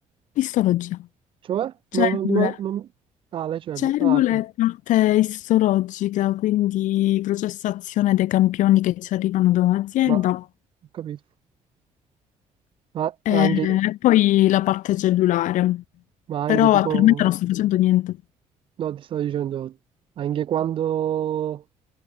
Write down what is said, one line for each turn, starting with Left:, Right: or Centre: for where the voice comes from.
Left: Istologia.
Right: Cioè, non,
Left: Cellule.
Right: non- non- Ah, le cellule.
Left: Cellule
Right: Ah, p-
Left: è parte istologica, quindi processazione dei campioni che ci arrivano da un'azienda
Right: ma, ho capito. Ma
Left: e
Right: anche,
Left: e poi la parte cellulare.
Right: ma
Left: Però
Right: anche tipo,
Left: attualmente non sto facendo niente.
Right: no, ti stavo dicendo, anche quando